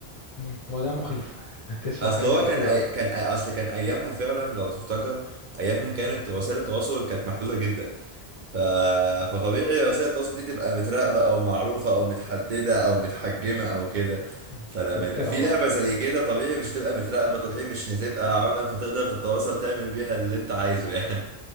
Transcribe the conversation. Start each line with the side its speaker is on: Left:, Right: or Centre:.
Left: مم، الموضوع مخيف <laughs> إنك تسمع
Right: اصل
Left: حاجة
Right: هو كان
Left: زي كده
Right: أي...
Left: أصلا
Right: كان أي... اصل كان ايامها فعلا لو تفتكر ايامها كانت
Left: مم،
Right: وسائل التواصل كانت محدوده جدا ف... فطبيعي وسائل التواصل دي تبقى متراقبه او معروفه او متحدده او متحجمه او كده
Left: مم.
Right: فلما
Left: فاخترعوا
Right: يبقى في لعبه
Left: بقى
Right: زي كده طبيعي مش هتبقى متراقبه طبيعي مش هتبقى عامله فتقدر تتواصل تعمل بيها اللي انت عايزه يعني